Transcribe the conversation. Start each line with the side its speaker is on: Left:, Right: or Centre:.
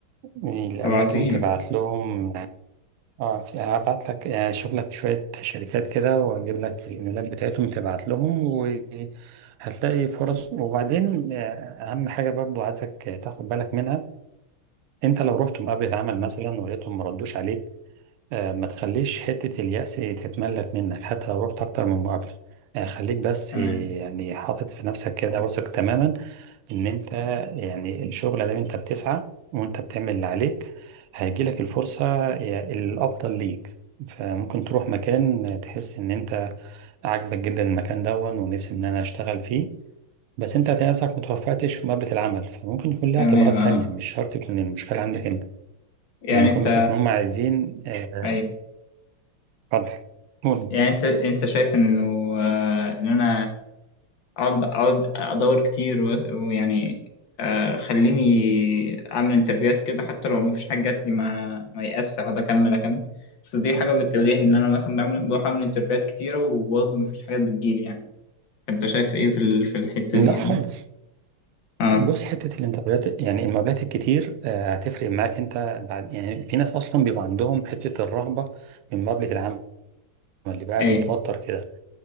Right: الأماكن
Left: طب عظيم
Right: تبعت لهم اه في- هبعت لك يعني اشوف لك شوية شركات كده واجيب لك الايميلات بتاعتهم تبعت لهم وهتلاقي فرص وبعدين آه، اهم حاجة برضو عايزك تاخد بالك منها انت لو رحت مقابلة عمل مثلا ولقيتهم ما ردوش عليك آه، ما تخليش حتة اليأس تتملك منك حتى لو رحت أكتر من مقابلة آه، خليك بس
Left: تمام
Right: آه، يعني حاطط في نفسك كده واثق تماما إن أنت يعني الشغل ده أنت بتسعى وأنت بتعمل اللي عليك هيجيلك الفرصة يا- الأفضل ليك فممكن تروح مكان تحس إن أنت عاجبك جدا المكان دون ونفسي إن أنا أشتغل فيه بس أنت هتلاقي نفسك متوفقتش في مقابلة العمل فممكن يكون ليها
Left: تمام
Right: اعتبارات تانية
Left: اه
Right: مش شرط تكون المشكلة عندك أنت
Left: يعني
Right: يعني ممكن
Left: انت
Right: مثلا يكون هم عايزين آه،
Left: ايوه
Right: اتفضل قول
Left: يعني انت انت شايف انه آه، ان انا اقعد اقعد ادور كتير و- ويعني آه، خليني اعمل انترفيوهات كده حتى لو مفيش حاجه جات لي ما ما يأس اقعد اكمل اكمل بس دي حاجه بتواجهني ان انا مثلا بعمل بروح اعمل انترفيوهات كتيره وبرضه مفيش حاجات بتجيلي يعني انت شايف ايه في ال- في الحته
Right: لا
Left: دي يعني
Right: خالص
Left: اه
Right: بص حته الانترفيوهات يعني المقابلات الكتير آه، هتفرق معاك انت بعد يعني في ناس اصلا بيبقى عندهم حته الرهبه من مقابله العمل اللي بقى قاعد
Left: ايوه
Right: متوتر كده